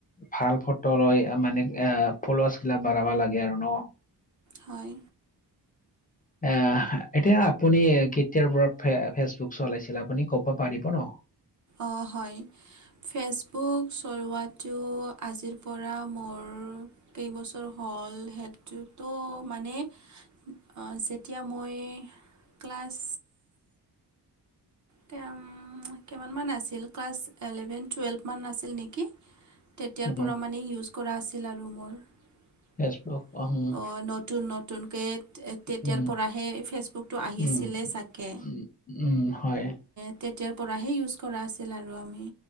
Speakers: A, on the left (about 20°); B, on the right (about 45°).
A: ভাল ফটো লৈ মানে এ ফলোৱাছ্ গিলাক বঢ়াবা লাগে আৰু ন'।
B: হয়।
A: এ এতিয়া আপুনি কেতিয়াৰ পৰা ফেচবুক চলাইছিল আপুনি ক'ব পাৰিব ন'।
B: অহ, হয়। ফেচবুক চলোৱাটো আজিৰ পৰা মোৰ কেইবছৰ হ'ল সেইটোতো মানে অ', যেতিয়া মই ক্লাছ তেম কিমান মান আছিল, ক্লাছ এলেভেন টুৱেলভ মান আাছিল নেকি তেতিয়াৰ
A: উম
B: পৰা মানে ইউজ কৰা আছিল আৰু মোৰ। অ',
A: ফেচবুক উম,
B: নতুন নতুনকে তেতিয়াৰ
A: উম,
B: পৰাহে ফেচবুকটো আহিছিলে
A: উম,
B: চাগে।
A: উম, উম, হয়।
B: তেতিয়াৰ পৰাহে ইউজ কৰা আছিল আৰু আমি।